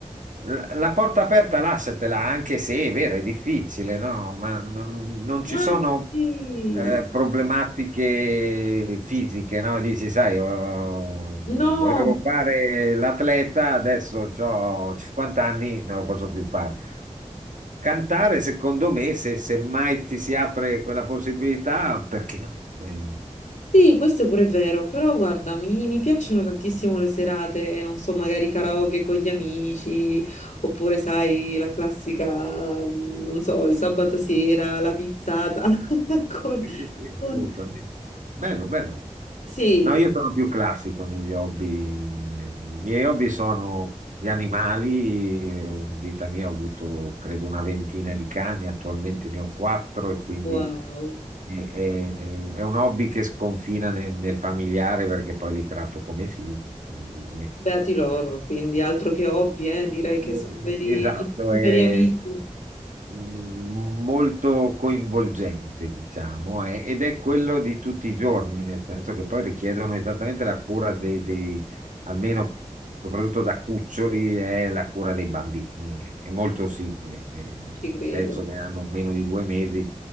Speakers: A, on the right; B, on the left.
A: la la porta aperta lasciatela, anche se è vero, è difficile, no? Ma non, non ci
B: Ma
A: sono
B: sì,
A: eh, problematiche fisiche, no? Dici, sai, oh,
B: no,
A: volevo fare l'atleta, adesso ho 50 anni, non lo posso più fare. Cantare, secondo me, se, se mai ti si apre quella possibilità, perché no? Eh,
B: Sì, questo è pure vero, però guarda, mi, mi piacciono tantissimo le serate, non so, magari karaoke con gli amici, oppure sai, la classica, mm, non so, il sabato sera, la pizzata <laughs> con,
A: Sì, sì, sì, sì,
B: con-
A: assolutamente. Bello, bello.
B: Sì,
A: No, io sono più classico negli hobby. I miei hobby sono gli animali. In vita mia ho avuto, credo, una ventina di cani, attualmente ne ho quattro e quindi
B: wow,
A: è, è- è un hobby che sconfina nel, nel familiare perché poi li tratto come figli. Quindi
B: beati loro, quindi altro che hobby, eh, direi che
A: Eh,
B: sono veri,
A: Esatto,
B: veri
A: è
B: amici,
A: mm, molto coinvolgente, diciamo, è- ed è quello di tutti i giorni, nel senso che poi richiedono esattamente la cura dei, dei- almeno soprattutto da cuccioli, è la cura dei bambini, è, è molto simile. Eh,
B: ci credo.
A: Adesso che hanno meno di due mesi